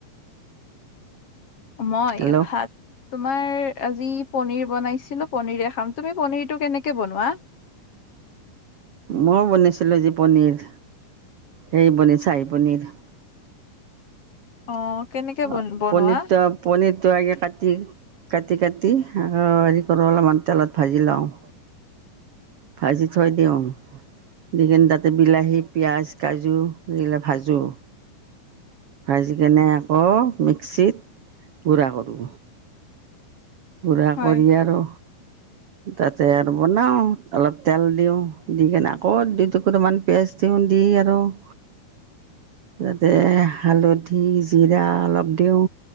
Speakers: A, on the left (about 40°); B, on the right (about 75°).
A: মই
B: হেল্ল'?
A: ভাত- তোমাৰ আজি পনীৰ বনাইছিলো পনীৰে খাম। তুমি পনীৰটো কেনেকে বনোৱা?
B: মই বনিছিলোঁ যি পনীৰ সেই বনি চাৰি পনীৰ।
A: অঁ কেনেকে- বন
B: অঁ
A: বনোৱা?
B: পনীৰটা- পনীৰটো আগে কাটি কাটি কাটি হেৰি কৰোঁ অলপমান তেলত ভাজি লওঁ। ভাজি থৈ দিওঁ। দি কিনে তাতে বিলাহী, পিঁয়াজ, কাজু এইবিলাক ভাজোঁ। ভাজিকনে আকৌ মিক্সিত গুড়া কৰোঁ। গুড়া
A: হয়।
B: কৰি আৰু- তাতে আৰু বনাওঁ অলপ তেল দিওঁ দি কিনে আকৌ দুটুকুটামান পেষ্ট- দি আৰু- তাতে হালধি, জিৰা অলপ দিওঁ।